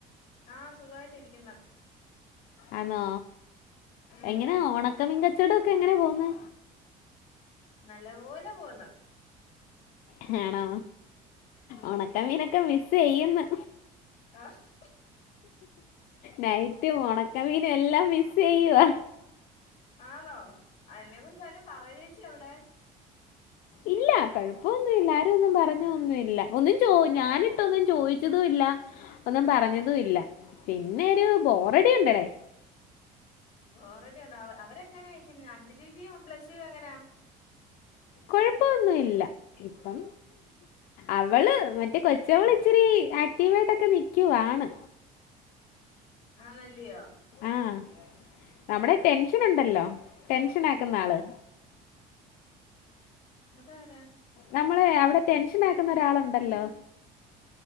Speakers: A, on the left; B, on the left.
A: ആഹ് സുഖായിട്ടിരിക്കുന്ന്
B: ആന്നോ.
A: ഉം
B: എങ്ങനാ ഒണക്കമീൻ കച്ചോടൊക്കെ എങ്ങനെ പോവ്ന്ന്?
A: നല്ല പോലെ പോവ്ന്ന്.
B: ഹേണോ
A: ഉം
B: ഒണക്ക മീനൊക്കെ മിസ്സ് ചെയ്യ്ന്ന്.
A: ആഹ്
B: നൈറ്റും ഒണക്കമീനും എല്ലാം മിസ്സ് ചെയ്യുവാ.
A: ആന്നോ എന്നെ കുറിച്ചാരേലും പറയോച്ചി അവിടെ.
B: ഇല്ല കൊഴപ്പൊന്നു ഇല്ല ആരും ഒന്നും പറഞ്ഞൊ ഒന്നു ഇല്ല ഒന്നും ചോ ഞാനിട്ടൊന്നും ചോയിച്ചതും ഇല്ല. ഒന്നും പറഞ്ഞതുയില്ല പിന്നെ ഒരു ബോറടി ഉണ്ടടേ.
A: ബോറഡിയുണ്ടോ? അവരെങ്ങനെയേച്ചി, അഞ്ജലി ചേച്ചിയും ബ്ലസ്ലിയും എങ്ങനാ?
B: കുഴപ്പൊന്നുയില്ല ഇപ്പം അവള് മ റ്റേ കൊച്ചവള് ഇച്ചിരി ആക്റ്റീവായിട്ടൊക്കെ നിക്കുവാണ്.
A: ആന്നല്ല്യോ.
B: ആഹ് നമ്മുടെ ടെൻഷനുണ്ടല്ലോ, ടെൻഷൻ ആക്കുന്ന ആള്.
A: അതാരാ?
B: നമ്മള് അവിടെ ടെൻഷനാക്കുന്ന ഒരാളുണ്ടല്ലോ